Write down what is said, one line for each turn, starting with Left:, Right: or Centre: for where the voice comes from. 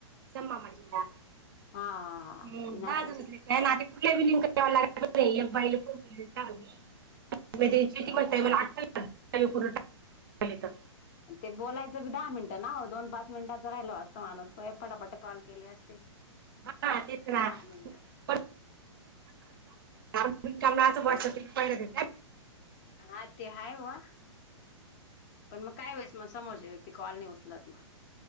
Right: सम मामांची नात
Left: हा हा हा हा.
Right: हम
Left: ती नाशिकची
Right: दहाजणातले
Left: का?
Right: काही लगत नाही कुठल्या बी लिंक वाल्याला लागत नाहीत या फाईली कंप्लीट केलत्या आम्ही म त्यांची ती
Left: हा.
Right: म्हणत्या म्हण अठ्ठावीस पूर्ण टाकले तर
Left: ते बोलायचं बी दहा मिनिटं ना हो दोन पाच मिनिटाचं राहिलं बाजूला <inaudible> पटापटा कॉल केले असते
Right: हा तेच ना
Left: दहा मिनिट
Right: पण पण कामून असं वाटतं की पहिल्या
Left: अन हा ते हाय बुवा पण मग काय वेळेस मग समोरची व्यक्ती कॉल नाही उचलत ना